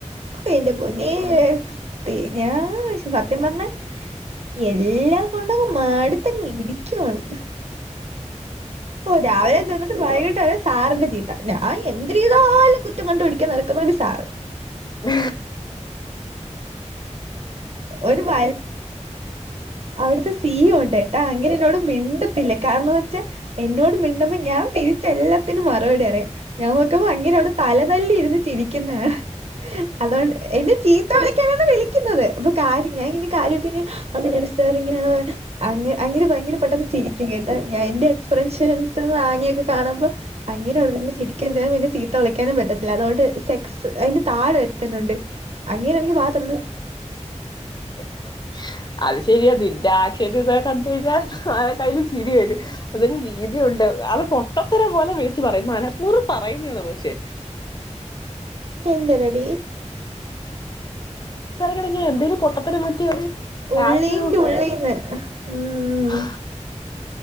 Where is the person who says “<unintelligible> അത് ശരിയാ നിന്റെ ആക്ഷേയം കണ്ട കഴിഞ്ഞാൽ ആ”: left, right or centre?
Left